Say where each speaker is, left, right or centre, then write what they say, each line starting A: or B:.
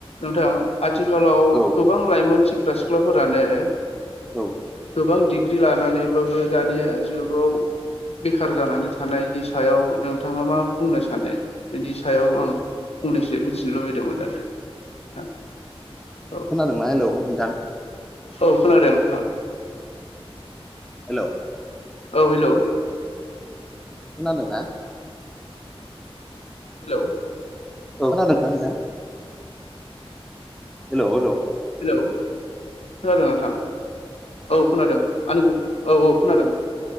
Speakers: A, on the left; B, in the centre.
A: नोंथां आथिखालाव
B: औ
A: गोबां लाइमोन सेंग्रा सिख्लाफोरानो
B: औ
A: गोबां डिग्रि लानानैबाबो दानिया जुगाव बेखार जानानै थानायनि सायाव नोंथाङा मा बुंनो सानो बेनि सायाव आं फंनैसो मिथिनो लुबैदोंमोन आरो नोंथां औ
B: खोनादोंना हेलौ नोंथां
A: औ खोनादों नोंथां
B: हेल'
A: औ हेल'
B: खोनादोंना
A: हेल'
B: औ खोनादों ना नोंथां हेल' हेल'
A: हेलौ खोनादों नोंथां औ खोनादों आंनिखौ औ औ खोनादों